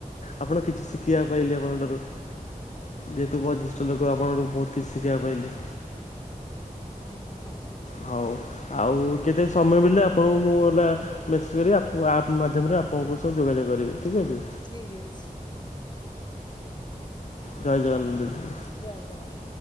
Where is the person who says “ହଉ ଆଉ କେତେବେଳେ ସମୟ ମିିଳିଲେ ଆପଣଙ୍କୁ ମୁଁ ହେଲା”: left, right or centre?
Left